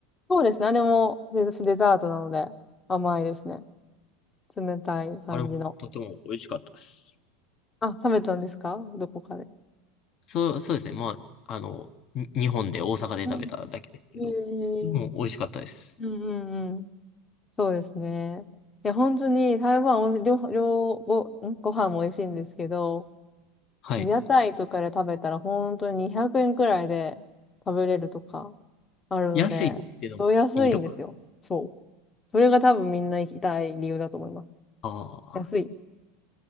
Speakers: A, on the left; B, on the left.
A: そうですね。あれもデ、デザートなので甘いですね。冷たい感じの。
B: あれもとても美味しかったです。
A: あ、食べたんですかどこかで。
B: そう、そうですね。まあ、あの、に日本で大阪で食べただけですけど、
A: うん。えー、
B: でも美味しかったです。
A: うんうんうん。そうですね。いや、本当に台湾は、両、両、ご、んご飯も美味しいんですけど、
B: はい。
A: 屋台とかで食べたら本当に200円くえんくらいで食べれるとかあるので、
B: 安いっていうのもいいとこ。
A: そう安いんですよ。そう。それが多分みんな行きたい理由だと思います。
B: ああ、
A: 安い。